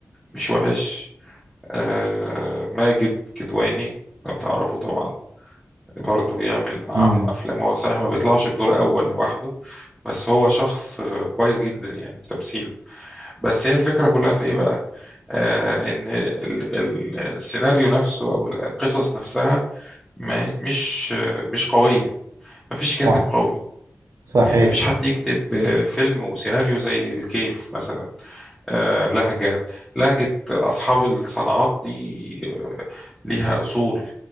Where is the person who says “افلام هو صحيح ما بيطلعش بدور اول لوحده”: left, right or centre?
Centre